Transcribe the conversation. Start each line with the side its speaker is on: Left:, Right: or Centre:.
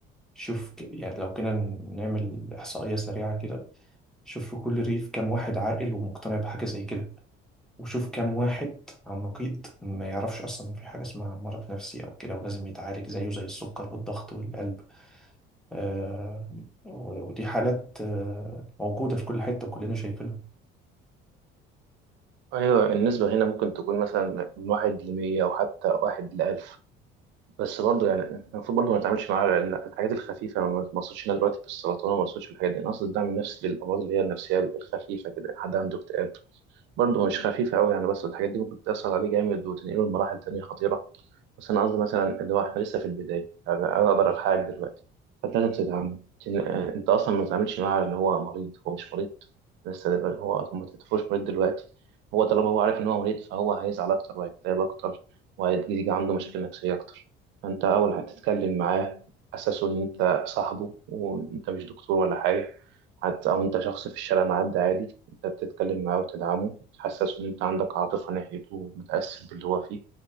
Centre: شوف ك- يعني لو كنا نعمل إحصائية سريعة كده شوف في كل ريف كام واحد عاقل ومقتنع بحاجة زي كده وشوف كام واحد على النقيض ما يعرفش أصلا إن في حاجة اسمها مرض نفسي أو كده ولازم يتعالج زيه زي السكر والضغط والقلب آه و- ودي حالات آه موجودة في كل حتة وكلنا شايفينها
Right: أيوة النسبة هنا ممكن تكون مثلا من واحد لمية أو حتى واحد لألف بس برضه يعني المفروض برضه ما نتعاملش معاها لأن الحاجات الخفيفة أنا ما اقصدش هنا دلوقتي في السرطان وما اقصدش في الحاجات دي أنا أقصد الدعم النفسي للأمراض اللي هي النفسية الخفيفة كده حد عنده اكتئاب برضه مش خفيفة أوي يعني بس الحاجات دي ممكن تأثر عليه جامد وتنقله لمراحل تانية خطيرة بس أنا قصدي مثلا اللي هو إحنا لسه في البداية يعني أنا أقدر ألحقك دلوقتي فأنت لازم تتعامل تن- آه، أنت أصلا ما تتعاملش معاه على إن هو مريض هو مش مريض لسه ده- هو أصلا ما تعتبروش مريض دلوقتي هو طالما هو عارف إن هو مريض فهو هيزعل أكتر وهيكتئب أكتر وهيجي عنده مشاكل نفسية أكتر فأنت أول هتتكلم معاه أساسه إن أنت صاحبه وأنت مش دكتور ولا حاجة حتى أو أنت شخص في الشارع معدي عادي أنت بتتكلم معاه وتدعمه تحسسه إن أنت عندك عاطفة ناحيته ومتأثر باللي هو فيه